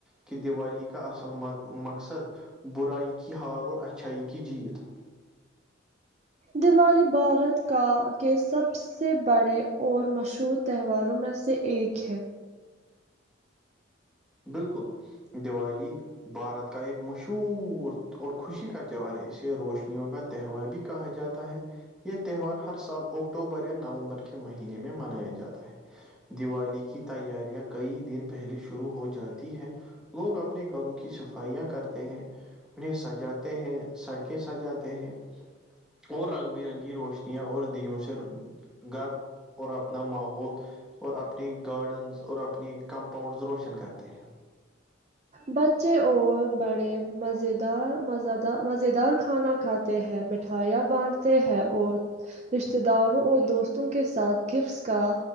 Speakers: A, in the centre; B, on the right.
A: کہ دیوالی کا اصل مقصد برائی کی ہار اور اچھائی کی جیت <inaudible>
B: دیوالی بھارت کا کے سب سے بڑے اور مشہور تہواروں میں سے ایک ہے
A: بالکل دیوالی بھارت کا ایک مشہور اور خوشی کا تہوار ہے اسے روشنیوں کا تہوار بھی کہا جاتا ہے یہ تہوار ہر سال اکٹوبر یا نومبر کے مہینے میں منایا جاتا ہے دیوالی کی تیاریاں کئی دن پہلے شروع ہو جاتی ہے لوگ اپنے گھروں کی صفائیاں کرتے ہیں انہیں سجاتے ہیں سڑکیں سجاتے ہیں اور رنگ برنگی روشنیاں اور دیوں سے گھر اور اپنا ماحول اور اپنی گارڈنز اور اپنی کمپاؤنڈز روش وشن کرتے ہیں
B: بچے اور بڑے مز دار مز دار مز دار کھانا کھاتے ہے مٹھائیاں بانھتے ہیں اور رشتے داروں اور دوستوں کے ساتھ گفٹس کا